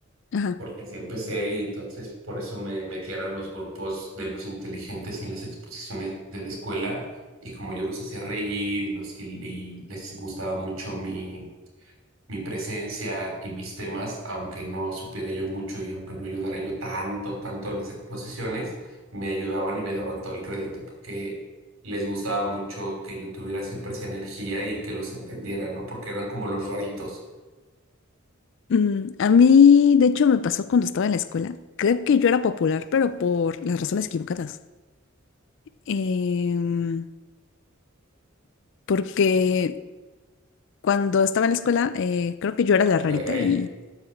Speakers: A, on the left; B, on the right.
A: Ajá.
B: porque así empecé y entonces por eso me metían a los grupos de los inteligentes en las exposiciones de la escuela. Y como yo los hacía reír y, los, y y les gustaba mucho mi mi presencia y mis temas, aunque no supiera yo mucho y aunque no ayudara yo tanto, tanto en las exposiciones, me ayudaban y me daban todo el crédito, porque les gustaba mucho que yo tuviera siempre esa energía y que los entendiera, ¿no? Porque eran como los raritos.
A: Mm, a mí, de hecho, me pasó cuando estaba en la escuela. Creo que yo era popular, pero por las razones equivocadas. Em, porque cuando estaba en la escuela, eh, creo que yo era la rarita
B: Ok,
A: y,